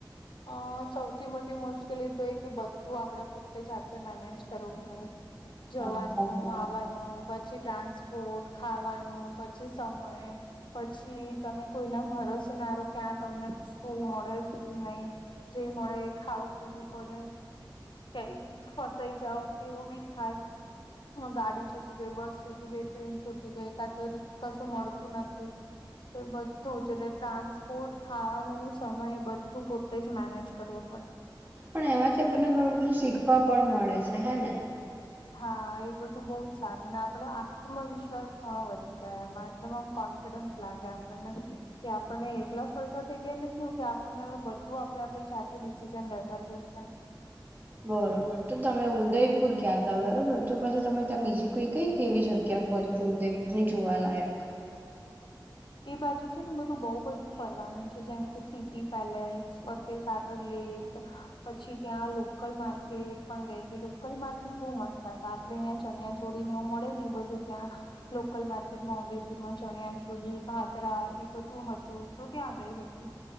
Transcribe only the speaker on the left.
અ-અ-અ સૌથી મોટી મુશ્કેલી તો એ કે બધું આપડે પોતે જાતે મેનેજ કરવું પરજ. જવાનું
આવાનું પછી ટ્રાન્સ ઉટ ખાવાનું પછી સમય પછી તમે કોઈના ભારોસે નારો ક્યાં તમને શું મળે શું નઈ? જે મળે એ ખાવું પીવલી પડે. તેઈ ફસાઈ જાવ તેવું બીજ ખામ. ત્ય ગાડી છૂટી ગેઈ બસ છૂટી ગેઈ ટ્રેન છૂટી ગેઈ કાં તો કશું મળતું નથી. એ બધું જ એટલે ટ્રાન્સપોર્ટ ખાવાનું સમય બધું પોત તે જ મેનેજ કરવો પડ
હા એ બધું બો જ સાર આપને આપણને આત્મવિશ્વાસ ઘણો વધી જા માં એકદમ આમ કોન તો ડંચ લાગે આપણને કે આપણને એકલા ફરતા થેઈ ગયા એટલે કયું કે આપણને અવ બધું આપણે આપણી જાતે ડિસિઝન લેતા થેય ગ્યા.
એ બાજુ છે ને બધું બોવ બધું ફરવાનું છે જેમ કે સિટી પેલેસ પતેસાગર લીક. પછી ત્યાં લોકલ માર્કેટ પણ ગઈ તી લોકલ માર્કેટ બો મસ્ત હતા. ડહીંયા ચણિયા ચોડી ને એવું મડે ને એવુ બધું ત્યાં લોકલ માર્કેટમાં ઉદયપુર માં ચણીયા ચોડી તાઘરા એ બધું હતું તું ત્યાં ગઈ હતી.